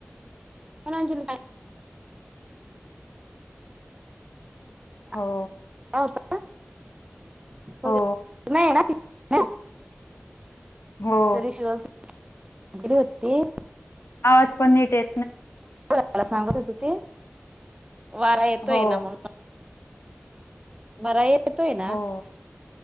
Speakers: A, on the right; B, on the left.
A: कलांजली
B: हो
A: <unintelligible> <unintelligible> होता. म्हणे
B: हो
A: नाहीय ना ती? <unintelligible>
B: हो.
A: रिशिवस <unintelligible>
B: आवज पण नीट ये
A: कला सांगत होते ती. वारा येतोय
B: हो
A: ना म्हणून. बरा येतोय ना?
B: हो
A: <unintelligible>